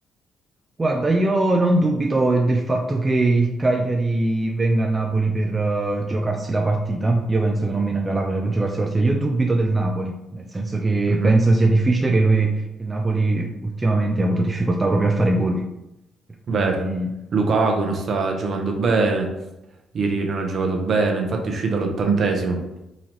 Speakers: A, on the right; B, on the right.
A: Guarda, io non dubito del fatto che il Cagliari venga a Napoli per eh, giocarsi la partita. Io penso che non venga a Napoli per giocarsi la partita. Io dubito del Napoli, nel senso che
B: Mhm,
A: penso sia difficile che lui, che il Napoli ultimamente ha avuto difficoltà proprio a fare gol. Per
B: Vero.
A: cui
B: Lukaku non sta giocando bene, ieri non ha giocato bene, infatti è uscito all'ottantesimo,